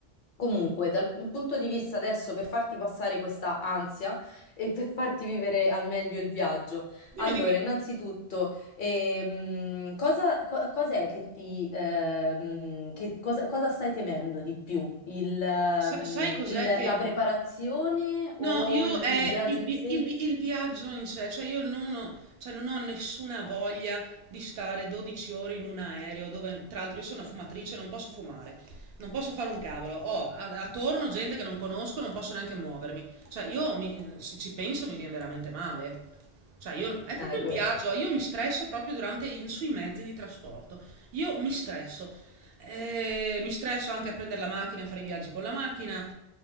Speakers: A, on the left (about 60°); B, on the right (about 70°).
A: Comunque, dal p- punto di vista adesso, per farti passare questa ansia e per farti vivere al meglio il viaggio,
B: Dimmi,
A: allora,
B: dimmi.
A: innanzitutto, ehm, cosa, co- cos'è che ti, ehm, che- cosa, cosa stai temendo di più? Il, ehm,
B: Sa- sai cos'è
A: il-
B: che...
A: la preparazione
B: No,
A: o
B: io
A: il,
B: è
A: il viaggio
B: il,
A: in
B: vi-
A: sé?
B: il vi- il viaggio in sé, cioè io non ho, cioè non ho nessuna voglia di stare 12 ore in un aereo dove, tra l'altro, io sono una fumatrice, non posso fumare, non posso fare un cavolo, ho a- attorno gente che non conosco, non posso neanche muovermi, cioè io mi- se ci penso mi viene veramente male. Cioè, io, no- è proprio
A: Eh,
B: il
A: que-
B: viaggio, io mi stresso proprio durante, in- sui mezzi di trasporto. Io mi stresso. Eh, mi stresso anche a prendere la macchina, a fare i viaggi con la macchina.